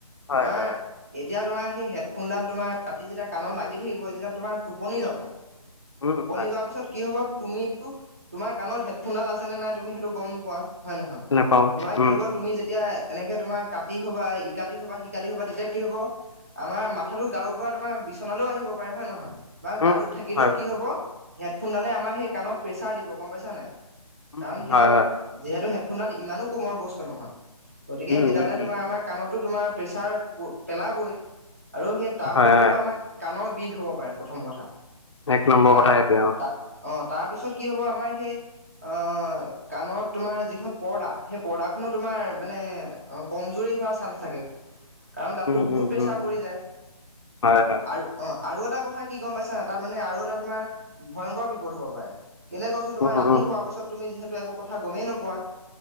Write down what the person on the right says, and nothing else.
তোমাৰ
এতিয়া তোমাৰ সেই হেডফোনডাল তোমাৰ ৰাতি যেতিয়া কাণত লাগি থাকিব যেতিয়া তোমাৰ টোপনি যাব।
টোপনি
যোৱাৰ পিছত কি হ'ব তুমিটো তোমাৰ কাণত হেডফোনডাল আছে নে নাই তুমি সেইটো গম নোপোৱা। হয় নহয়?
তোমাৰ
কি হ'ব তুমি যেতিয়া এনেকে তোমাৰ কাটি হ'বা ইকাটি হ'বা সিকাটি হ'বা তেতিয়া কি হ'ব আমাৰ মাথাটো গাৰু পৰা তোমাৰ বিচনালৈও আহিব পাৰে হয় নহয়। বা
গাৰুত থাকিলেও
কি হব হেডফোনডালে আমাৰ সেই কাণত প্ৰেছাৰ দিব গম পাইছা নাই।
কাৰণ সেইডাল
যিহেতু হেডফোনডাল ইমানো কোমল বস্তু নহয় গতিকে
সেইডালে
তোমাৰ আমাক কাণতো তোমাৰ প্ৰেছাৰ পেলাবই আৰু সেই তাৰ
ফলত
কি হ'ব আমাৰ কাণৰ বিষ হ'ব পাৰে প্ৰথম কথা।
তাৰ
তা অ তাৰপিছত কি হ'ব আমাৰ সে অ কাণত তোমাৰ যিখন পৰ্দা সেই পৰ্দাখনো তোমাৰ মানে অ কমজুৰি হোৱাৰ চান্স থাকে।
কাৰণ তাতটো বহুত
প্ৰেছাৰ
পৰি যায়
আৰ অ আৰু এটা কথা কি গম পাইছানে তাত মানে আৰু এটা তোমাৰ ভয়ংকৰ বিপদ হ'ব পাৰে। কেলে কৈছো তোমাৰ
ৰাতি
শোৱাৰ পিছত তুমি যিহেতু একো কথা গমেই নোপোৱা